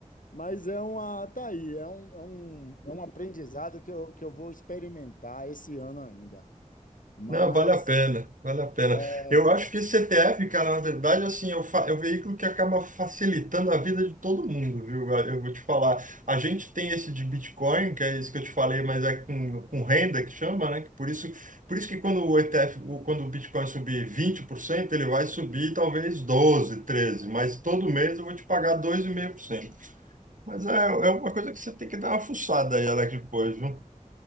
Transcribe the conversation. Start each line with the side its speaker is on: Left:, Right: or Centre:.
Left: mas é uma, tá aí, é um, é um, é um aprendizado que eu, que eu vou experimentar esse ano ainda. Mas
Right: Não, vale a pena, vale a pena.
Left: é,
Right: Eu acho que esse CTF, cara, na verdade, assim, é o, fa- é o veículo que acaba facilitando a vida de todo mundo, viu? Eu vou te falar. A gente tem esse de Bitcoin, que é isso que eu te falei, mas é com, com renda que chama, né? Que por isso, por isso que quando o ETF, o- quando o Bitcoin subir 20% ele vai subir talvez 12 13 mas todo mês eu vou te pagar dois vírgula cinco por cento Mas é, é uma coisa que você tem que dar uma fuçada aí, Alex, depois, viu?